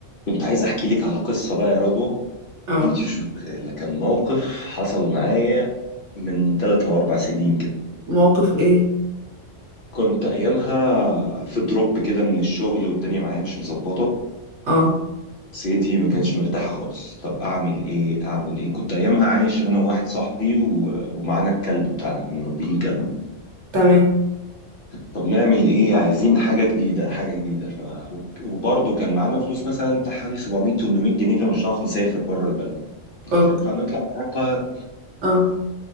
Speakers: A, on the left; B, on the right.
A: كنت عايز احكي لك على قصه بقى يا رضوى
B: اه
A: انت مش متخيله كان موقف حصل معايا من ثلاث او اربع سنين كده
B: موقف ايه
A: كنت ايامها في دروب كده من الشغل والدنيا معايا مش مظبطه
B: اه
A: نفسيتي ما كانتش مرتاحه خالص طب اعمل ايه اعمل ايه كنت ايامها عايش انا وواحد صاحبي و... ومعانا الكلب بتاعنا كنا مربيين كلب
B: تمام
A: طب نعمل ايه عايزين حاجه جديده حاجه جديده ف... وبرضه كان معانا فلوس مثلا بتاع حوالي 700 800 جنيه فمش هنعرف نسافر بره البلد يعني
B: اوكي
A: مش هينفع نطلع بره
B: اه